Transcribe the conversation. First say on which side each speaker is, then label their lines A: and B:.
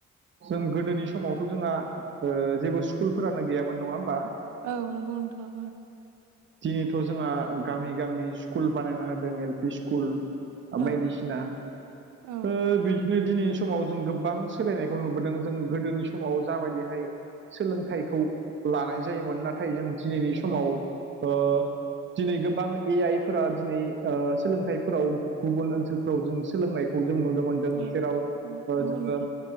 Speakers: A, on the right; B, on the right.
A: <inaudible> जों गोदोनि समावथ' जोंहा ओ जेबो स्कुलफोरानो गैयामोन नङा ओमबा
B: औ नोंगौ नोंथां
A: दिनैथ' जोंहा गामि गामि स्कुल बानायना होदों एल पि स्कुल
B: औ
A: बायदिसिना
B: औ
A: ओ दिनैनि समाव जों गोबां सोलायनायखौ नुबोदों जों गोदोनि समाव जाबायदिहाय सोलोंथाइखौ लानाय जायोमोन नाथाय जों दिनैनि समाव ओ दिनै गोबां ए आइफोरा दिनै ओ सोलोंथाइफोराव गुबुन ओनसोल फ्राव जोङो सोलोंनायखौ जों नुनो मोनदों
B: औ
A: जेराव ओ
B: नंगौ
A: जोङो
B: नोंथां